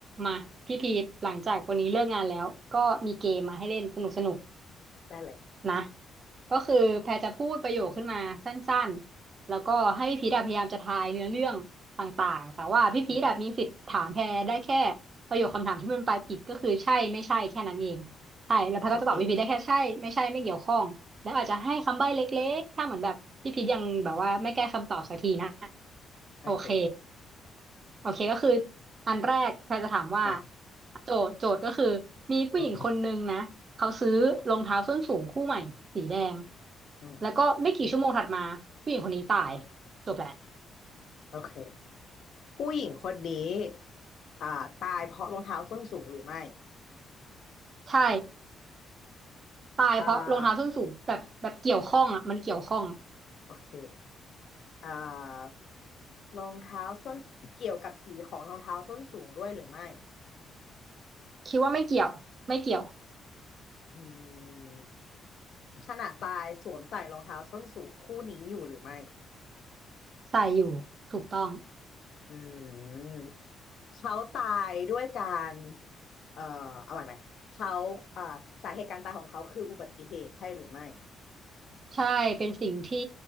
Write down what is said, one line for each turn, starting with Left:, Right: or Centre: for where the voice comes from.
Right: มาพี่พีทหลังจากวันนี้เลิกงานแล้วก็มีเกมมาให้เล่นสนุกสนุก
Left: ได้เลย
Right: นะก็คือแพรจะพูดประโยคขึ้นมาสั้นๆแล้วก็ให้พี่พีทอะพยายามจะทายเนื้อเรื่องต่างๆแต่ว่าพี่พีทอะมีสิทธิ์ถามแพรได้แค่
Left: อืม
Right: ประโยคคำถามที่มันปลายปิดก็คือใช่ไม่ใช่แค่นั้นเองใช่แล้วแพรก็จะตอบพี่พีทได้แค่ใช่ไม่ใช่ไม่เกี่ยวข้องแล้วอาจจะให้คำใบ้เล็กๆถ้าเหมือนแบบพี่พีทยังแบบว่าไม่แก้คำตอบสักทีนะ
Left: โอเคโอเค
Right: โอเค โอเคก็คืออันแรกแพรจะถามว่า
Left: มา
Right: โจทย์โจทย์ก็คือมีผู้หญิงคนนึงนะเขาซื้อรองเท้าส้นสูงคู่ใหม่สีแดง
Left: อืมอืมอืม
Right: แล้วก็ไม่กี่ชั่วโมงถัดมาผู้หญิงคนนี้ตายจบแหละ
Left: โอเคผู้หญิงคนนี้อ่าตายเพราะรองเท้าส้นสูงหรือไม่
Right: ใช่ตายเพราะรองเท้าส้นสูงแบบแบบเกี่ยวข้องอ่ะมันเกี่ยวข้อง
Left: อ่าโอเคอ่ารองเท้าส้นเกี่ยวกับสีของรองเท้าส้นสูงด้วยหรือไม่
Right: คิดว่าไม่เกี่ยวไม่เกี่ยว
Left: อืมขณะตายสวมใส่รองเท้าส้นสูงคู่นี้อยู่หรือไม่
Right: ใส่อยู่ถูกต้อง
Left: อืมเขาตายด้วยการเอ่อเอาใหม่ไหมเขาอ่าสาเหตุการตายของเขาคืออุบัติเหตุใช่หรือไม่
Right: ใช่เป็นสิ่งที่